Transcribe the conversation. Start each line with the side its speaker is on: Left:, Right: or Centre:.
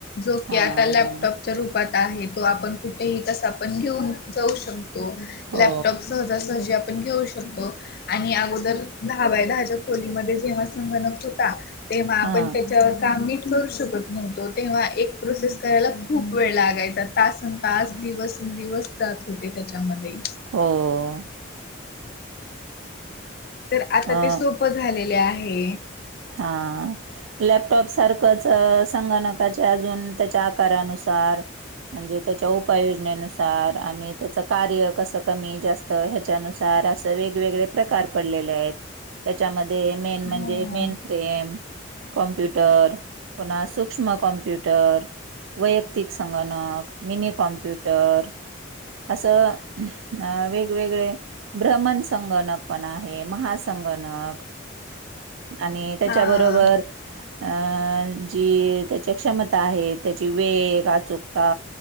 Left: जो की
Right: हां.
Left: आता लॅपटॉप च्या रूपात आहे तो आपण कुठेही कसा पण घेऊन जाऊ शकतो.
Right: हो.
Left: लॅपटॉप सहजासहजी आपण घेऊ शकतो. आणि आगोदर दहा बाय दहाच्या खोलीमध्ये जेव्हा संगणक होता ते म आपण
Right: हां.
Left: त्याच्यावर काम नीट करू शकत नव्हतो तेव्हा एक प्रोसेस करायला खूप वेळ लागायचा तासन तास दिवसं दीवस जात होते त्याच्यामध्ये
Right: हो
Left: तर आता
Right: अ
Left: ते सोपं झालेले आहे.
Right: हा लॅपटॉप सारखंच संगणकाचे अजून त्याच्या आकारानुसार. म्हणजे त्याच्या उपाययोजनेनुसार. आणि त्याच कार्य कसं कमी जास्त ह्याच्यानुसार असं वेगवेगळे. प्रकार पडलेले आहेत. त्याच्यामध्ये मेन
Left: हा.
Right: म्हणजे मेन Frame computer. पु सूक्ष्म कम्प्यूटर. वैयक्तिक संगणक मिनी कॉम्प्युटर असं. अ वेगवेगळे भ्रमण संगणक पण आहे महासंगणक. आणि त्याच्याबरोबर.
Left: हा
Right: अं जी त्याची क्षमता आहे त्याची वेग अचुकता.